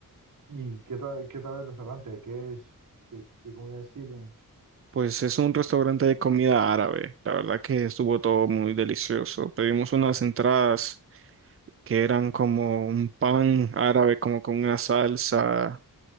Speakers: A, on the right; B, on the right.
A: ¿Y qué tal, qué tal el restaurante? ¿Qué es? ¿Qué, qué comidas sirven?
B: Pues es un restaurante de comida árabe. La verdad que estuvo todo muy delicioso. Pedimos unas entradas que eran como un pan árabe, como con una salsa